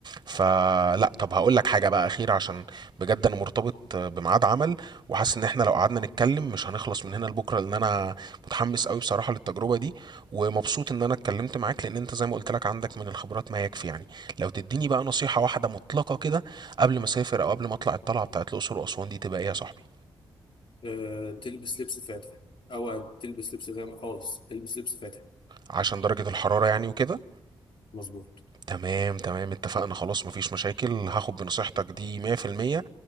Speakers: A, on the right; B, on the left.
A: فلا طب هقول لك حاجة بقى أخيرة عشان بجد أنا مرتبط بميعاد عمل وحاسس إن إحنا لو قعدنا نتكلم مش هنخلص من هنا لبكرة لأن أنا متحمس قوي بصراحة للتجربة دي ومبسوط إن أنا اتكلمت معاك لأن أنت زي ما قلت لك عندك من الخبرات ما يكفي يعني لو تديني بقى نصيحة واحدة مطلقة كده قبل ما أسافر أو قبل ما أطلع الطلعة بتاعت الأقصر وأسوان دي تبقى إيه يا صاحبي
B: أه تلبس لبس فاتح او تلبس لبس غامق خالص تلبس لبس فاتح
A: عشان درجة الحرارة يعني وكده
B: مظبوط
A: تمام تمام اتفقنا خلاص مفيش مشاكل هاخد بنصيحتك دي 100%